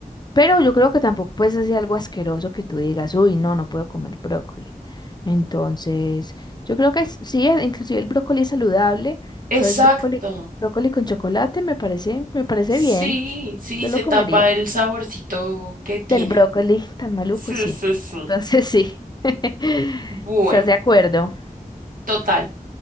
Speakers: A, on the left; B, on the right.
A: pero yo creo que tampoco puedes hacer algo asqueroso que tú digas, uy, no, no puedo comer brócoli. Entonces, yo creo que es- sí, eh, inclusive el brócoli es saludable.
B: exacto.
A: Entonces, brócoli, brócoli con chocolate me parece, me parece
B: Sí,
A: bien.
B: sí,
A: Yo
B: se
A: lo
B: tapa
A: comería.
B: el saborcito que tiene.
A: Del brócoli tan maluco,
B: Sí,
A: sí.
B: sí, sí.
A: Entonces, sí. <laughs>
B: Bueno.
A: ¿Estás de acuerdo?
B: Total.